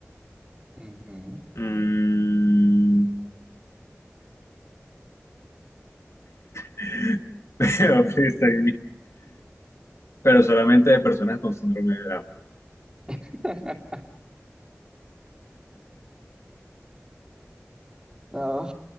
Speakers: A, on the right; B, on the left.
A: Ujú.
B: Mm, <laughs> pero, pues, está bien. Pero solamente de personas con síndrome de Down.
A: <laughs> No,